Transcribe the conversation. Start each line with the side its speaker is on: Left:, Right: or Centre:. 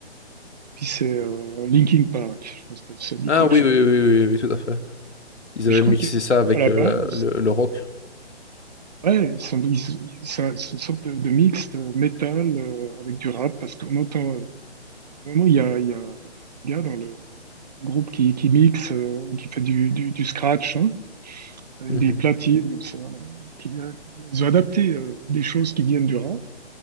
Right: Puis c'est euh, Linkin Park, je pense que ça te dit
Left: Ah
Right: quelque
Left: oui,
Right: chose.
Left: oui, oui, oui, oui, oui, tout à fait. Ils
Right: Puis
Left: avaient
Right: je crois
Left: mixé
Right: que
Left: ça avec
Right: à la
Left: euh,
Right: base,
Left: la- le, le rock.
Right: Ouais, ils sont, ils- ils- ça- c'est une sorte de, de mixte euh, métal euh, avec du rap parce qu'on entend. euh, à un moment, il y a, il y a, il y a un gars dans le un groupe qui, qui mixe, euh, qui fait du, du, du scratch hein, avec
Left: Mhm.
Right: des platines comme ça. là, qui, euh, ils ont adapté euh, des choses qui viennent du rap,